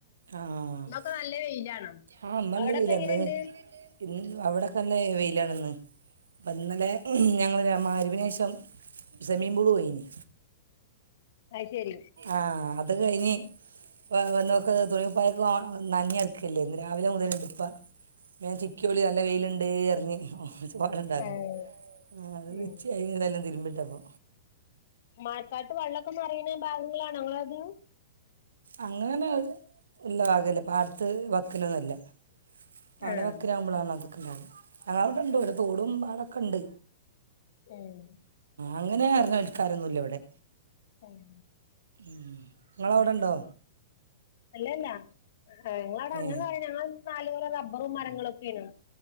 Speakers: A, on the right; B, on the left.
A: ആ
B: ഇന്നൊക്കെ നല്ല വെയിലാണ്
A: ആഹ് ഇന്ന് നല്ല
B: അവിടെപ്പം
A: വെയിലാ
B: എങ്ങനെണ്ട്
A: ഇന്ന് ഇന്ന് അവിടെക്കെ നല്ല വെയിലാണിന്ന് അപ്പം ഇന്നലെ ഞങ്ങള് മഹ്രിബിന് ശേഷം സെമീമ്പൂള് പോയിനി
B: അയ്ശരി
A: ആഹ് അത് കഴിഞ്ഞ് ഇപ്പ വ വന്നോക്ക് തുണിംകുപ്പായൊക്കെ ഓൺ നഞ്ഞി എട്ക്കല്ലേ ഇന്ന് രാവിലെ മുതല്ണ്ട് ഇപ്പ ഇപ്പ ഞാൻ ചിക്കി ഓള് നല്ല വെയ്ല്ണ്ട് അർഞ്ഞ് <unintelligible>
B: ഏഹ് ഉം
A: ഉച്ചയായി ഇങ്ങനെല്ലാം തിര്മ്പിട്ടപ്പോ
B: മഴക്കാലത്ത് വെള്ളാെക്കെ നെറേയ്ണ് ഭാഗങ്ങളിലാണോ ഇങ്ങളത്
A: അങ്ങനെഒന്നും ഇല്ല ഭാഗല്ല പാട്ത്ത് വക്കിലൊന്നുഅല്ല പാടവക്ക്നാവുമ്പളാണ്
B: ഏഹ്
A: ഇതൊക്കെ ഇണ്ടാവല് ഞങ്ങളവ്ടെ ഇണ്ടവ്ടെ തോട് ടും പാടക്കെ ഇണ്ട്
B: ഏഹ്
A: അങ്ങനെ ആയ്ര്ന്ന ആൾക്കാരൊന്നുല്ല ഇവടെ
B: ഏഹ്
A: ഇങ്ങളവ്ടെണ്ടോ
B: അല്ലല്ല ഏ് ഇങ്ങവ്ടെ അങ്ങനെ
A: ഏ
B: പറയാ നാലുപുറം റബ്ബറും മരങ്ങളും ഒക്കെള്ളൂ